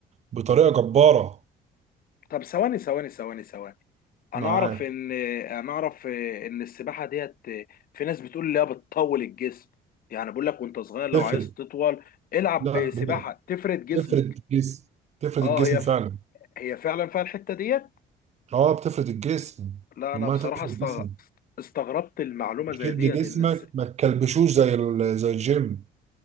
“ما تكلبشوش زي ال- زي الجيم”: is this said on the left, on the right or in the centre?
Right